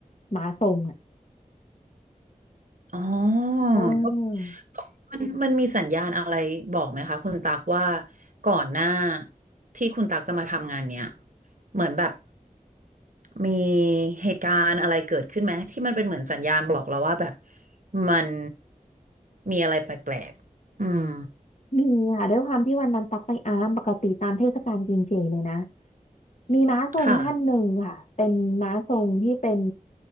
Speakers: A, on the left (about 55°); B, on the right (about 70°).
A: หมาทรงอะ
B: อ๋อก็
A: เออ
B: มันมันมีสัญญาณอะไรบอกไหมคะ คุณตักว่าก่อนหน้าที่คุณตักจะมาทำงานเนี้ย เหมือนแบบ มีเหตุการณ์อะไรเกิดขึ้นไหมที่มันเป็นเหมือนสัญญาณบอกเราว่าแบบมันมีอะไรแปลกๆอืม
A: มีค่ะด้วยความที่วันนั้นตักไปอารามปกติตามเทศกาลกินเจเลยนะมีม้าทรงท่านหนึ่งค่ะเป็นม้าทรงที่เป็น
B: ค่ะ